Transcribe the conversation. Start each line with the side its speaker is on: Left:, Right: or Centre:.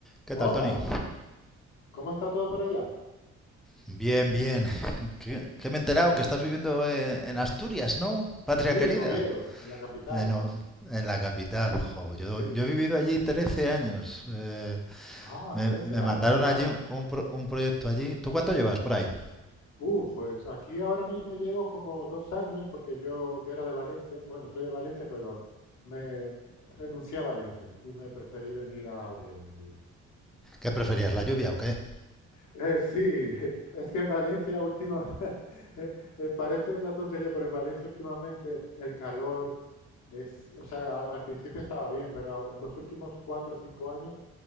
Centre: ¿Qué
Left: Hola,
Centre: tal, Tony?
Left: ¿cómo está todo por allá?
Centre: Bien, bien. ¿Qué que me he enterado que estás viviendo eh, en Asturias, ¿no? Patria
Left: Sí,
Centre: querida.
Left: en Oviedo, en la capital.
Centre: Eh, no, en la capital, jo, Yo,
Left: Sí.
Centre: yo he vivido allí 13 años. Eh,
Left: Ah,
Centre: me,
Left: 13
Centre: me
Left: años,
Centre: mandaron
Left: vaya.
Centre: allí un, pro- un proyecto allí. ¿Tú cuánto llevas por ahí?
Left: Uf, pues aquí ahora mismo llevo como dos años porque yo, yo era de Valencia. Bueno, soy de Valencia, pero me renuncié a Valencia y me preferí venir a Oviedo a vivir.
Centre: ¿Qué preferías, la lluvia o qué?
Left: Eh, sí, <laughs> es que en Valencia última, <laughs> eh, eh, parece una tontería, pero en Valencia últimamente el calor es, o sea, a- al, principio estaba bien, pero a- los últimos cuatro o cinco años